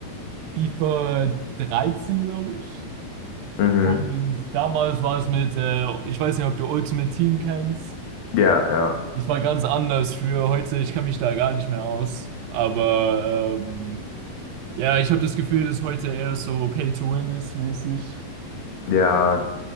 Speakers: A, on the right; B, on the left.
A: FIFA 13, glaube ich.
B: Mhm.
A: Und damals war es mit, äh, ich weiß nicht, ob du Ultimate Team kennst.
B: Ja, ja.
A: Das war ganz anders für heute. Ich kann mich da gar nicht mehr aus. Aber ähm, ja, ich habe das Gefühl, dass heute eher so Pay to Win ist mäßig.
B: Ja,